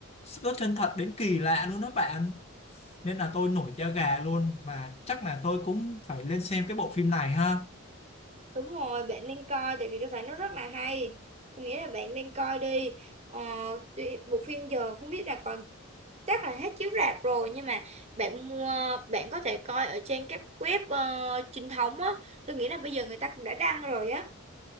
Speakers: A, on the left; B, on the right.
A: nó chân thật đến kỳ lạ luôn đó bạn nên là tôi nổi da gà luôn mà chắc là tôi cũng phải lên xem cái bộ phim này ha
B: Đúng rồi, bạn nên coi tại vì tôi thấy nó rất là hay. Tôi nghĩ là bạn nên coi đi. Ờ, tuy- bộ phim giờ không biết là còn chắc là hết chiếu rạp rồi nhưng mà bạn mua bạn có thể coi ở trên các web ờ, chính thống á. Tôi nghĩ là bây giờ người ta cũng đã đăng rồi á.